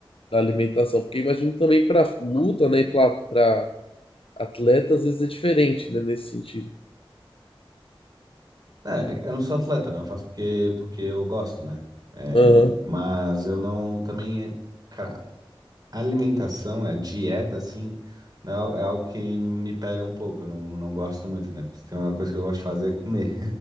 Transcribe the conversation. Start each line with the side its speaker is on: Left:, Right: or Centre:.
Left: da alimentação? Porque eu imagino também pra luta, né? E pra, pra atleta às vezes é diferente, né, nesse sentido.
Right: É, eu não sou atleta, né? Eu faço porque, porque eu gosto, né? É,
Left: Aham,
Right: mas eu não também, cara, alimentação, a dieta, assim, né, é algo que me pega um pouco. Eu não, não gosto muito, né? Porque se tem uma coisa que eu gosto de fazer é comer.